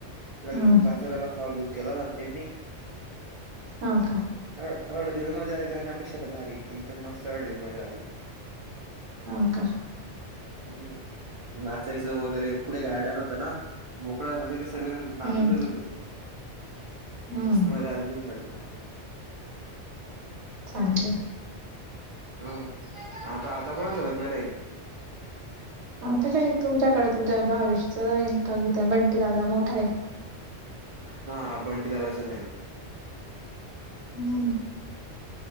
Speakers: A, on the right (about 50°); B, on the right (about 70°).
A: एक
B: हम्म
A: नबर पाचोर्‍याला हॉल बुक केला होता ना त्यांनी.
B: हा का
A: ह हडदीला मजा आली लग्ना पेक्षा त भारी. एकदम मस्त हडदीला मजा आली.
B: हो का
A: हम्म, नाचायच वगैरे पुढे गार्डन होत ना मोकळ. मग तीथे सर्वेजन नाचतच
B: हम्म
A: होते.
B: हम्म
A: मस्त मजा आली हळदिला.
B: चांगल आहे.
A: ह, आता आता कोणाच लग्न राहिल.
B: आता काय तुमच्याकडे तुमच्या भावेशच राहील. का त्या बंटी दादा मोठा आहे.
A: हा बंटी दादाच राहील.
B: हम्म